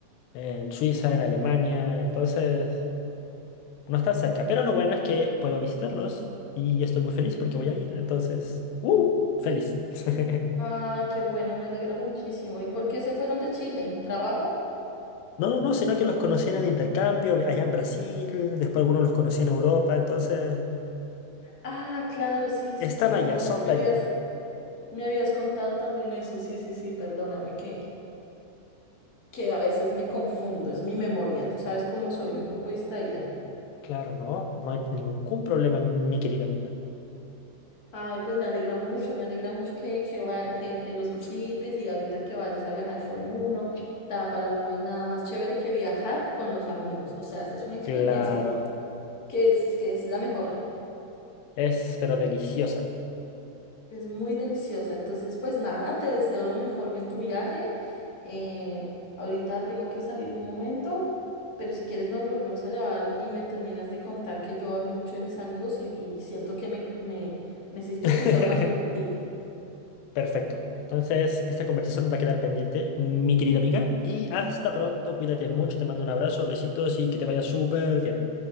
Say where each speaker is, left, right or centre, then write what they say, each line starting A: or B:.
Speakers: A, on the left (about 75°); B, on the left (about 30°).
A: en Suiza, en Alemania, entonces... No están cerca, pero lo bueno es que puedo visitarlos y estoy muy feliz porque voy a ir. Entonces, ¡uh! Feliz. <laughs>
B: Ay, qué bueno, me alegra muchísimo. ¿Y por qué se fueron de Chile? ¿Trabajo?
A: No, no, no, sino que los conocí en el intercambio allá en Brasil, después algunos los conocí en Europa, entonces
B: Ah, claro, sí,
A: están
B: sí, sí.
A: allá,
B: Tú también
A: son
B: me
A: de
B: habías,
A: allá.
B: me habías contado también eso. Sí, sí, sí, perdóname que, que a veces me confundo. Es mi memoria. Tú sabes cómo soy, un poco distraída.
A: Claro, no, no hay ningún problema, mi querida amiga.
B: Ay, pues me alegra mucho, me alegra mucho que, que, va- que, que los visites y ahorita que vayas a viajar con uno. O sea, para mí no hay nada más chévere que viajar con los amigos. O sea, esa es una experiencia
A: Claro,
B: que es, que es la mejor.
A: es pero deliciosa.
B: Es muy deliciosa. Entonces, pues nada, te deseo lo mejor en tu viaje. Eh, ahorita tengo que salir un momento, pero si quieres nos volvemos a llevar y me terminas de contar que yo hablé mucho de mis amigos y, y siento que me, me necesito
A: <laughs>
B: escuchar más sobre ti.
A: Perfecto. Entonces, esta conversación va a quedar pendiente, mi querida amiga, y hasta pronto, cuídate mucho, te mando un abrazo, besitos y que te vaya súper bien.